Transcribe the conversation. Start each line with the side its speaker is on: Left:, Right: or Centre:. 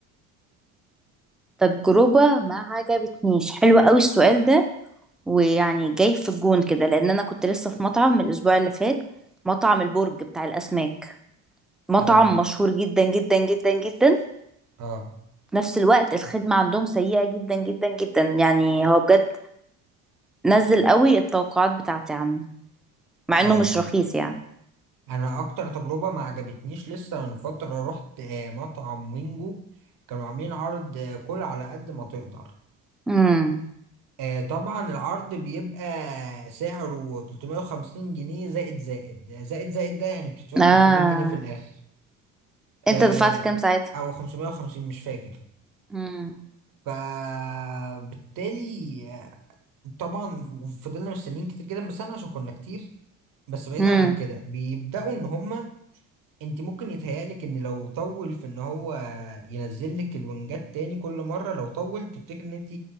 Centre: تجربة ما عجبتنيش حلو قوي السؤال ده ويعني جاي في الجون كده لان انا كنت لسه في مطعم من الاسبوع اللي فات مطعم البرج بتاع الاسماك مطعم
Right: اه
Centre: مشهور جدا جدا جدا جدا
Right: اه
Centre: في نفس الوقت الخدمة عندهم سيئة جدا جدا جدا يعني هو بجد نزل قوي التوقعات بتاعتي عنه مع
Right: اه
Centre: انه مش رخيص يعني
Right: انا اكتر تجربه ما عجبتنيش لسه من فتره رحت آه، مطعم وينجو كانوا عاملين عرض آه، كل على قد ما تقدر
Centre: امم
Right: آه، طبعا العرض بيبقى سعره 350 جنيه زائد زائد آه، زائد زائد ده يعني بتدفع
Centre: اه
Right: 500 جنيه في الاخر آه،
Centre: انت دفعت كام ساعتها
Right: او 550 مش فاكر
Centre: امم
Right: فبالتالي آه، طبعا فضلنا مستنيين كتير جدا بس احنا عشان كنا كتير بس بعيدا
Centre: امم
Right: عن كده بيبداوا ان هما انت ممكن يتهيألك ان لو طول في ان هو ينزل لك الونجات تاني كل مره لو طول تفتكر ان انت